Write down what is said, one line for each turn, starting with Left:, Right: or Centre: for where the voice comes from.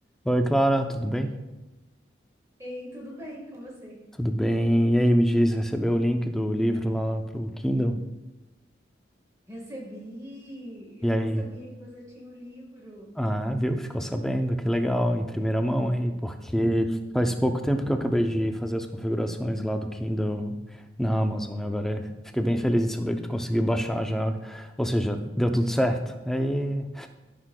Centre: Oi, Clara, tudo bem?
Right: Ei, tudo bem com você?
Centre: Tudo bem. E aí, me diz, recebeu o link do livro lá pro Kindle?
Right: Recebi, eu
Centre: E aí?
Right: não sabia que você tinha o livro.
Centre: Ah, viu? Ficou sabendo, que legal, em primeira mão aí, porque faz pouco tempo que eu acabei de fazer as configurações lá do Kindle na Amazon, e agora fiquei bem feliz em saber que tu conseguiu baixar já, ou seja, deu tudo certo. E Aí,